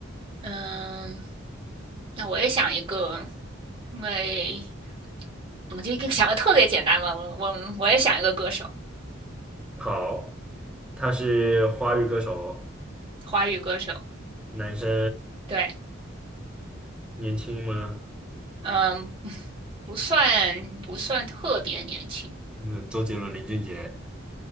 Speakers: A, on the right; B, in the centre.
A: 嗯，那我也想一个，因为我就一个想的特别简单嘛，我我我也想一个歌手，
B: 好，他是华语歌手，
A: 华语歌手，
B: 男生，
A: 对，
B: 年轻吗？
A: 嗯，不算不算特别年轻，
B: 那周杰伦、林俊杰